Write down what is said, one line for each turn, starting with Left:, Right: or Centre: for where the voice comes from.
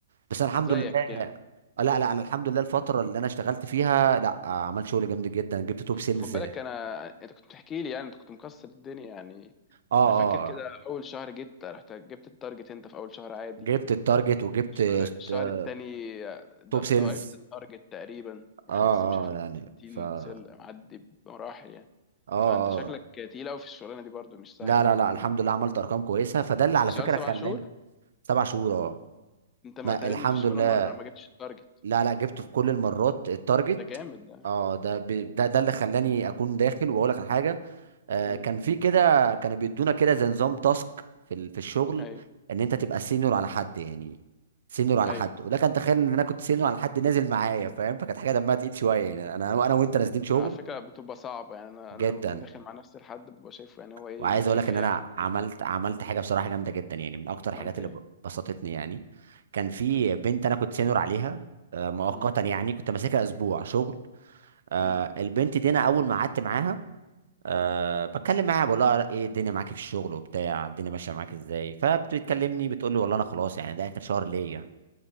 Right: بس أنا الحمد
Left: زيك
Right: لله
Left: يعني
Right: آه، لا لا انا الحمد لله الفتره اللي انا اشتغلت فيها لا آه، عملت شغل جامد جدا جبت توب سيلز
Left: خد بالك
Right: اه
Left: انا انت كنت بتحكي لي يعني انت كنت مكسر الدنيا يعني
Right: اه آه،
Left: انا فاكر كده اول شهر جيت رحت جبت التارجت انت في اول شهر عادي
Right: جبت التارجت وجبت
Left: الشهر الشهر
Right: آه،
Left: التاني ض-
Right: توب سيلز
Left: ضاعفت التارجت تقريبا يعني
Right: اه
Left: مش عارف
Right: اه
Left: جبت
Right: يعني
Left: 60
Right: ف اه
Left: سلة معدي بمراحل يعني
Right: اه
Left: فانت شكلك تقيل قوي في الشغلانه دي برضو مش سهل
Right: لا
Left: يعني
Right: لا لا الحمد لله عملت ارقام كويسه فده اللي على فكره
Left: شغال سبع
Right: خلاني
Left: شهور
Right: سبع شهور اه
Left: انت ما
Right: ما
Left: تقريبا
Right: الحمد
Left: ما فيش
Right: لله
Left: ولا مره ما جبتش التارجت
Right: لا لا جبته في كل المرات التارجت
Left: ده جامد ده
Right: اه ده بي- ده ده اللي خلاني اكون داخل واقول لك على حاجه آه
Left: امم
Right: كان في كده كانوا بيدونا كده زي نظام تاسك في ال- في الشغل
Left: ايوه
Right: ان انت تبقى سينيور على حد يعني سينيور على
Left: ايوه
Right: حد ولكن تخيل ان انا كنت سينيور على حد نازل معايا فاهم فكانت حاجه دمها تقيل شويه يعني انا انا وانت نازلين شغل
Left: على فكره بتبقى صعبه يعني انا
Right: جدا
Left: انا لما كنت داخل مع نفسي لحد ببقى شايفه يعني هو ايه
Right: وعايز
Left: يفرق
Right: اقول لك
Left: في
Right: ان
Left: ايه
Right: انا
Left: عني
Right: عملت
Left: يعني
Right: عملت حاجه بصراحه جامده جدا يعني من اكتر الحاجات
Left: عملت
Right: اللي
Left: ايه
Right: ب- بسطتني يعني كان في
Left: امم
Right: بنت انا كنت سينور عليها آه، مؤقتا
Left: امم
Right: يعني كنت ماسكها اسبوع شغل آه،
Left: امم
Right: البنت دي انا اول ما قعدت معاها أه بتكلم معاها بقول لها ايه الدنيا معاك في الشغل وبتاع الدنيا ماشيه معاك ازاي فبتكلمني بتقول لي والله انا خلاص يعني ده اخر شهر ليا